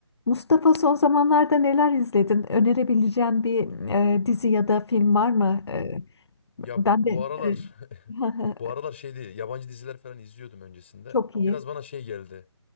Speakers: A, on the left (about 60°); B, on the left (about 25°).
A: Mustafa son zamanlarda neler izledin? Önerebileceğin bir e, dizi ya da film var mı? E,
B: Ya
A: ben
B: bu
A: de
B: aralar
A: e, <laughs>
B: <laughs> bu aralar şeydi yabancı diziler falan izliyordum öncesinde.
A: çok iyi.
B: Biraz bana şey geldi.